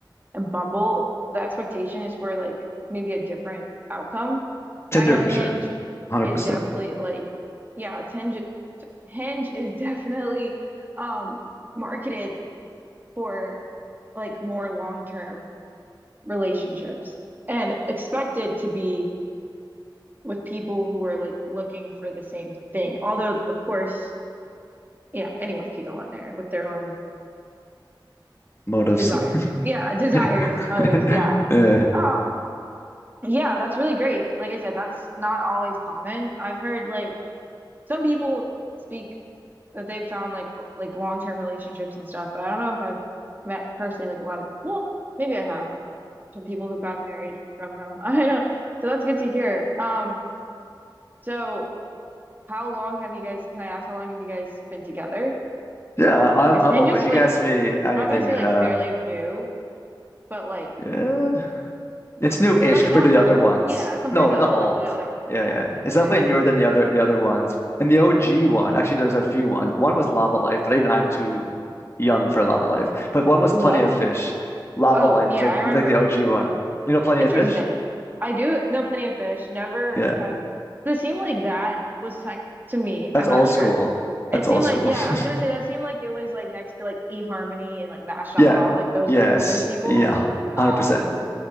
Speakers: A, on the right; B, on the left.
A: and Bumble, the expectation is for like maybe a different outcome.
B: <laughs> Tinder
A: But I know
B: for
A: Hinge
B: sure, 100%
A: is definitely like, yeah, Tinge Hinge is <laughs> definitely um marketed for like more long-term relationships and expected to be with people who are like looking for the same thing. Although, of course, yeah, anyone could go on there with their own
B: motives.
A: desire. Yeah, desires
B: <laughs>
A: and motives. Yeah.
B: Yeah.
A: Um, yeah, that's really great. Like I said, that's not always common. I've heard like some people speak that they've found like o- like long-term relationships and stuff, but I don't know if I've met personally like a lot of, well, maybe I have. some people who got married from them. <laughs> I don't, so that's good to hear. Um, so how long have you guys, can I ask how long have you guys been together?
B: Yeah, I'm
A: Because
B: I'm
A: Hinge
B: open.
A: is
B: You
A: like,
B: can ask me anything.
A: I'm not gonna say
B: Uh,
A: like fairly new, but like,
B: yeah, it's new-ish
A: but like
B: compared
A: not
B: to the
A: old.
B: other ones.
A: Yeah, compared
B: No,
A: to the
B: not
A: older,
B: old.
A: the other one.
B: Yeah,
A: Yeah,
B: yeah, it's
A: yeah,
B: definitely
A: yeah.
B: newer than the other the other ones. And the OG one, actually, there's a few ones. One was Lava Life, but even I'm too young for Lava Life. But one was
A: Love.
B: Plenty of Fish. Lava
A: Oh,
B: Life
A: yeah,
B: was like
A: I remember.
B: was like the OG one. You know, Plenty
A: Interesting.
B: of Fish?
A: I do know plenty of fish. Never
B: Yeah,
A: have. It seemed like that was ti- to me.
B: that's
A: I'm not
B: old
A: sure.
B: school.
A: It
B: That's
A: seemed
B: old
A: like,
B: school.
A: yeah, I
B: <laughs>
A: was gonna say that seemed like it was like next to like eHarmony and like Match. dot
B: Yeah.
A: com. like those
B: Yes.
A: like older people.
B: Yeah.
A: Um,
B: 100%.